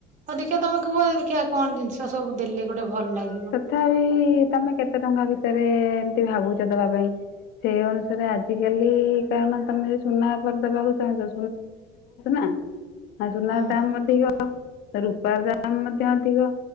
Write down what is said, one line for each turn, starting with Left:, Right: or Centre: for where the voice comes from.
Right: ହଉ ଦେଖିଆ ତମେ କୁହ ଦେଖିବା କଣ ଜିନିଷ ସବୁ ଦେଲେ ଗୋଟେ ଭଲ ଲାଗେ।
Left: ତଥାପି ତମେ କେତେ ଟଙ୍କା ଭିତରେ ଏମତି ଭାବୁଛ ଦବା ପାଇଁ। ସେଇ ଅନୁସାରେ ଆଜିକାଲି କାରଣ ତମେ ଯ ସୁନା ଉପରେ ଦେବାକୁ ଚାହୁଁଛ। ନା ଆ ସୁନାର
Right: ହୁଁ
Left: ଦାମ ଅଧିକ। ରୂପାର ଦାମ ମଧ୍ୟ ଅଧିକ